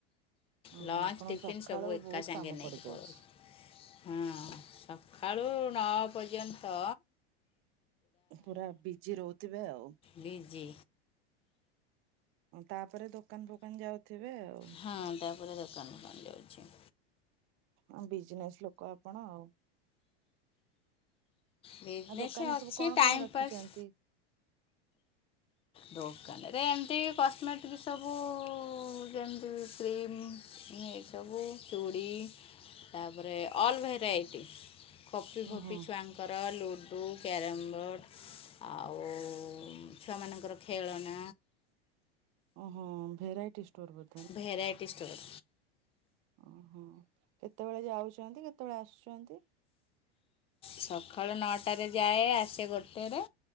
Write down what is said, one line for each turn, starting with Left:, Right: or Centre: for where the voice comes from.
Right: ଓହୋ
Left: ଲଞ୍ଚ
Right: ଆପଣଙ୍କ
Left: ଟିଫିନ୍
Right: ସକାଳୁ
Left: ସବୁ ଏକା
Right: ବହୁତ
Left: ସାଙ୍ଗେ
Right: କାମ
Left: ନେଇକି
Right: ପଡିଯାଉଛି
Left: ପଳଉଛି। ହଁ ସକାଳୁ ନଅ ପର୍ଯ୍ୟନ୍ତ
Right: ପୁରା ବିଜି ରହୁଥିବେ ଆଉ।
Left: ବିଜି
Right: ତାପରେ ଦୋକାନ ଫୋକାନ ଯାଉଥିବେ ଆଉ।
Left: ହଁ ତାପରେ ଦୋକାନ ଫୋକାନ ଯାଉଛି।
Right: ହ ବିଜନେସ୍ ଲୋକ ଆପଣ ଆଉ।
Left: ବିଜନେସ୍
Right: ଆଉ ଦୋକାନରେ
Left: ଅଛି
Right: ସବୁ କଣ
Left: ଟାଇମ୍
Right: କଣ ରଖିଛନ୍ତି?
Left: ପାସ୍ ଦୋକାନରେ ଏମିତି କସ୍ମେଟିକ୍ ସବୁ ଯେମିତି କ୍ରିମ୍ <unintelligible> ସବୁ ଚୁଡ଼ି ତାପରେ ଅଲ୍ ଭେରାଇଟି କଫି ଫପି
Right: ଓହୋ
Left: ଛୁଆଙ୍ଗ ଙ୍କର ଲୁଡ଼ୁ କ୍ୟାରମ୍ ବୋର୍ଡ଼ ଆଉ ଛୁଆମାନଙ୍କର ଖେଳନା
Right: ଓହୋ ଭେରାଇଟି ଷ୍ଟୋର୍ ବୋ
Left: ଭେରାଇଟି ଷ୍ଟୋର୍
Right: ଓହୋ କେତେବେଳେ ଯାଉଛନ୍ତି କେତେବେଳେ ଆସୁଛନ୍ତି।
Left: ସକାଳ ନଅଟାରେ ଯାଏ ଆସେ ଗୋଟେରେ।